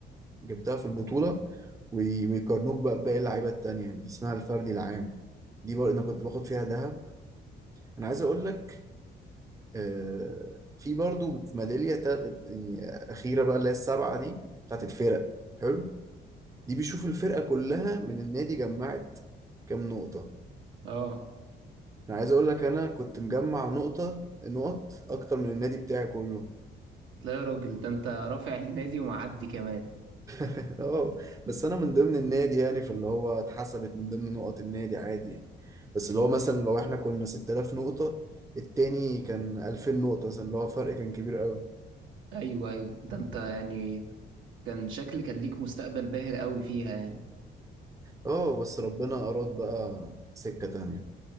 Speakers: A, on the right; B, on the right.
A: جبتها في البطوله وي... ويقارنوك بقى بباقي اللعيبه التانية دي اسمها الفردي العام دي برضو انا كنت باخد فيها دهب انا عايز اقول لك آه، في برضو ميداليه تا- يعني اخيره بقى اللي هي السبعه دي بتاعت الفرق حلو دي بيشوف الفرقة كلها من النادي جمعت كام نقطة
B: اه
A: انا عايز اقول لك انا كنت مجمع نقطة نقط اكتر من النادي بتاعي كله
B: لا يا راجل ده انت رافع النادي ومعدي كمان
A: <laughs> اه بس انا من ضمن النادي يعني فاللي هو اتحسبت من ضمن نقط النادي عادي يعني بس اللي هو مثلا لو احنا كنا 6000 نقطة التاني كان 2000 نقطة مثلا اللي هو فرق كان كبير قوي
B: ايوه ايوه ده انت يعني كان شكل كان ليك مستقبل باهر قوي فيها يعني
A: اه بس ربنا اراد بقى سكة تانية